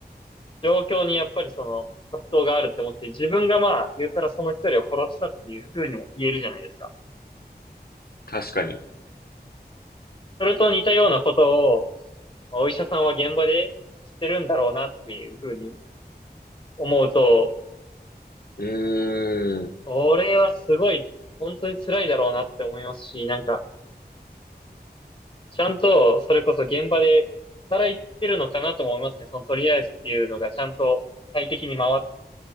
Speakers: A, on the left (about 30°); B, on the left (about 60°).
A: 状況にやっぱりその葛藤があるって思って、自分がまあ、言ったらその一人を殺したっていう風にも言えるじゃないですか。
B: 確かに。
A: それと似たようなことを、まあお医者さんは現場でしてるんだろうなっていう風に思うと、
B: うーん。
A: これはすごい、本当に辛いだろうなって思いますし、なんか、ちゃんと、それこそ現場で働いてるのかなとも思いますね。そのとりあえずっていうのがちゃんと快適に回っ、